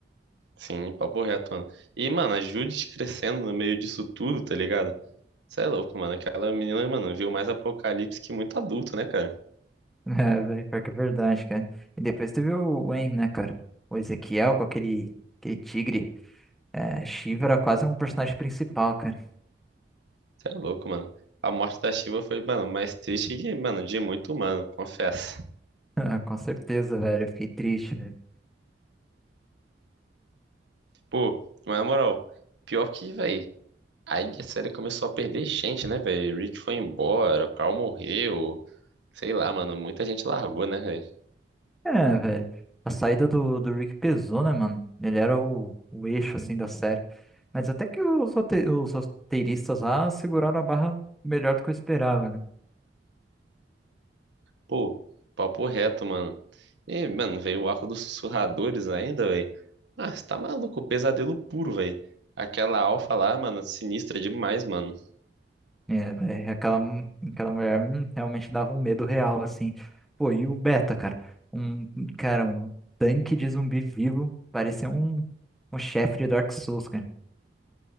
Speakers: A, on the right (about 75°); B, in the centre.
A: Sim, papo reto, mano. E, mano, a Judith crescendo no meio disso tudo, tá ligado? Cê é louco, mano, aquela menina, mano, viu mais apocalipse que muito adulto, né, cara?
B: É, velho, pior que é verdade, cara. E depois teve o Wayne, né, cara? O Ezequiel com aquele, aquele tigre. É, Shiva era quase um personagem principal, cara.
A: Cê é louco, mano. A morte da Shiva foi, mano, mais triste que, mano, de muito humano, confesso.
B: <laughs> Com certeza, velho. Eu fiquei triste, velho.
A: Pô, mas na moral, pior que, velho. Aí a série começou a perder gente, né, velho? Rick foi embora, o Carl morreu. Sei lá, mano, muita gente largou, né, velho?
B: É, velho. A saída do, do Rick pesou, né, mano? Ele era o, o eixo, assim, da série. Mas até que os, rote- os roteiristas lá seguraram a barra melhor do que eu esperava, né?
A: Pô, papo reto, mano. E, mano, veio o arco dos sussurradores ainda, velho. Ah, você tá maluco, pesadelo puro, velho. Aquela alfa lá, mano, sinistra demais, mano.
B: É, velho, aquela, mu- aquela mulher hum, realmente dava um medo real, assim. Pô, e o Beta, cara? Um, cara, um tanque de zumbi vivo. Parecia um, um chefe de Dark Souls, cara.